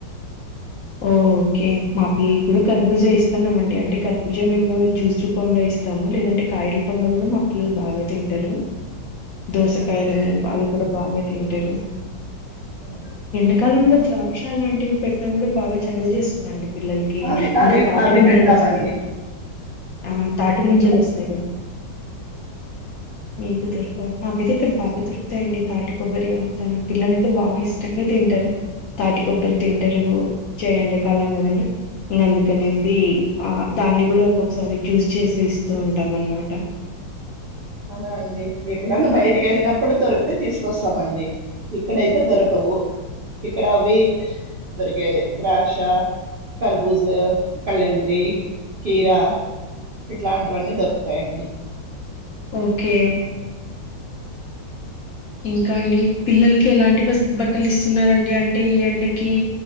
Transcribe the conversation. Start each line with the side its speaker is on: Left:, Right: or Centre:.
Left: ఓ ఓకే మా పిల్లలు కూడా కరభూజ ఇస్తన్నామండి. అంటే కరభూజ మేము జ్యూస్ రూపంలో ఇస్తాము. లేదంటే కాయ రూపంలో కూడా, మా పిల్లలు బాగా తింటారు. దోసకాయలని
Right: అవునండి
Left: అవి కూడా బాగు తింటరు
Right: అవును.
Left: ఎండకాలంలో ద్రాక్ష లాంటివి పెట్టిన కూడా బాగా చలువు చేస్తుండి పిల్లలకి
Right: అవి అవి
Left: ఇంకా తాటి
Right: అవి
Left: ముంజలు
Right: పెడతామండి
Left: వస్తాయి ఆ తాటి ముంజలు వస్తాయి కదా మీకు దొరకవ్ మాకైతే ఇక్కడ బాగా దొరుకుతాయండి తాటి కొబ్బరి అంతను పిల్లలయితే బాగా ఇష్టంగా తింటరు తాటి కొబ్బరి తింటరు చేయండే కాలం కదండి. ఇంకా అందుకనేసి ఆ దాన్ని కూడా ఒక్కొక్కసారి, జ్యూస్ చేసి ఇస్తూ ఉంటాం. అనమాట.
Right: అవునా అండి ఎక్కడన్నా బయటికి వెళ్ళినప్పుడు దొరికితే తీసుకొస్తామండి ఇక్కడైతే దొరకవు ఇక్కడ అవి హ్ ద్రాక్ష కర్బూజ కళంగ్రి కీరా ఇట్లాంటివన్నీ దొరుకుతాయండి
Left: ఓకే ఇంకా అండి పిల్లలకి ఎలాంటి బస్ బట్టలు ఇస్తున్నారు. అండి అంటే ఈ ఎండకి